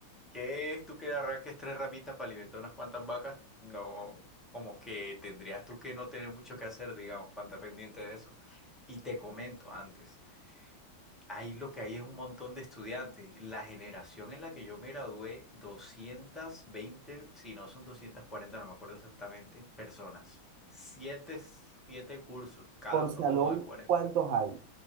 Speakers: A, in the centre; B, on the right.
A: ¿Qué es tú que arranques tres ramitas para alimentar unas cuantas vacas? No, como que tendrías tú que no tener mucho que hacer, digamos, para andar pendiente de eso. Y te comento antes, ahí lo que hay es un montón de estudiantes. La generación en la que yo me gradué, 220, si no son 240, no me acuerdo exactamente, personas. Siete, siete cursos, cada
B: Por
A: uno
B: salón,
A: como de 40.
B: ¿cuántos hay? O